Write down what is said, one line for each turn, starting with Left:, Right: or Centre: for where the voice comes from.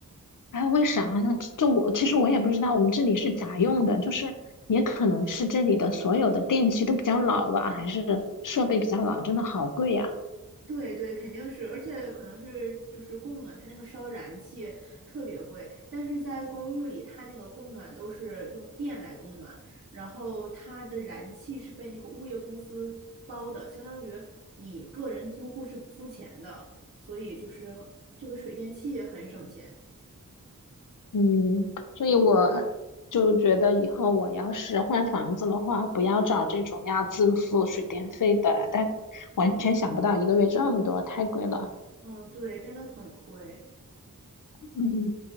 Left: 哎，为啥呢？就我其实我也不知道，我们这里是咋用的，就是也可能是这里的所有的电器都比较老吧，还是设备比较老，真的好贵呀。
Right: 对对，肯定是，而且可能是就是供暖，它那个烧燃气特别贵，但是在公寓里，它那个供暖都是用电来供暖，然后它的燃气是被那个物业公司包的，相当于你个人租户是不付钱的，所以就是这个水电气很省钱。
Left: 嗯，所以我就觉得以后我要是换房子的话，不要找这种要自付水电费的，但完全想不到一个月这么多，太贵了。
Right: 嗯，对，真的很亏。
Left: 嗯，